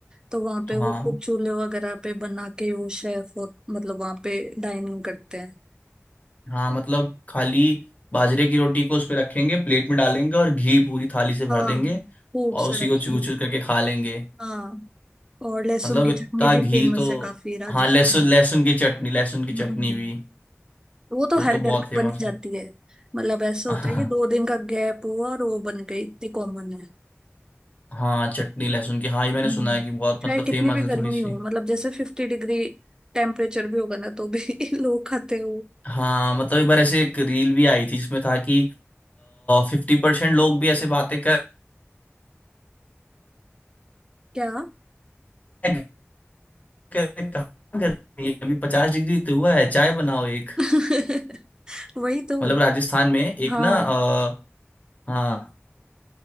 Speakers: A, on the right; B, on the left.
A: तो वहाँ पे वो
B: हाँ
A: कुछ चूल्हे वगैरह पे बना के वो शेफ और मतलब वहाँ पे डाइनिंग करते हैं
B: हाँ मतलब खाली बाजरे की रोटी को उस पे रखेंगे प्लेट में डालेंगे और घी पूरी थाली से भर
A: हाँ
B: देंगे
A: खूब
B: और
A: सारा
B: उसी
A: घी
B: को चूर चूर करके खा लेंगे
A: हाँ और लहसुन
B: मतलब
A: की
B: इतना
A: चटनी
B: घी
A: भी फेमस
B: तो
A: है काफी राजस्थान
B: हाँ लहसुन
A: में
B: लहसुन की चटनी लहसुन की
A: हम्म
B: चटनी भी
A: तो वो तो
B: वो
A: हर
B: तो
A: घर
B: बहुत
A: में
B: फेमस
A: बनी जाती
B: है
A: है मतलब ऐसे
B: <laughs>
A: होता
B: हाँ
A: है कि दो दिन का गैप हुआ और वो बन गई इतनी कॉमन है
B: हाँ चटनी लहसुन की हाँ ये मैंने
A: हम्म
B: सुना है कि बहुत
A: चाहे
B: मतलब
A: कितनी
B: फेमस
A: भी
B: है
A: गर्मी
B: थोड़ी सी
A: हो मतलब जैसे फिफ्टी डिग्री टेम्परेचर भी होगा ना तो भी <laughs> लोग खाते हो
B: हाँ मतलब एक बार ऐसे एक रील भी आई थी जिसमें था कि फिफ्टी परसेंट लोग भी ऐसे बातें कर
A: क्या
B: कर- कहाँ गर्मी है? अभी पचास डिग्री तो हुआ है चाय बनाओ एक
A: <laughs> वही तो
B: मतलब राजस्थान में एक
A: हाँ
B: ना अ, हाँ